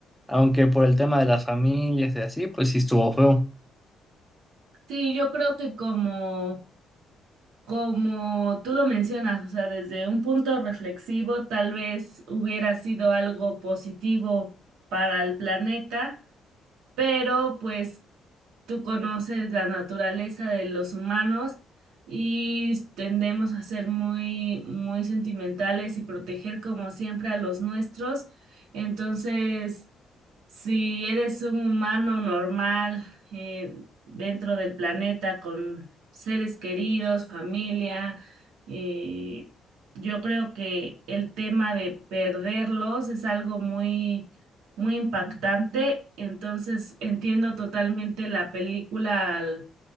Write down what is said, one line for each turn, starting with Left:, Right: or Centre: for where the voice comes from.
Centre: aunque por el tema de las familias y así, pues sí estuvo feo.
Right: Sí, yo creo que como Como tú lo mencionas, o sea, desde un punto reflexivo, tal vez hubiera sido algo positivo para el planeta, pero pues tú conoces la naturaleza de los humanos y tendemos a ser muy, muy sentimentales y proteger como siempre a los nuestros. Entonces, si eres un humano normal eh, dentro del planeta con seres queridos, familia, eh, yo creo que el tema de perderlos es algo muy, muy impactante. Entonces entiendo totalmente la película